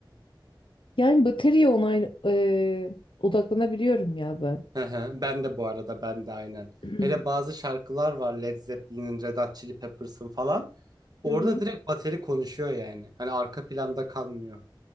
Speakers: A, on the left (about 80°); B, on the right (about 50°).
A: Yani bataryaya onay e, odaklanabiliyorum ya ben.
B: Hı hı. Ben de bu arada ben de aynen.
A: <clears throat>
B: Hele bazı şarkılar var Led Zeppelin'in, Red Hot Chili Peppers'ın falan. Orada
A: Hı hı.
B: direkt bateri konuşuyor yani. Hani arka planda kalmıyor.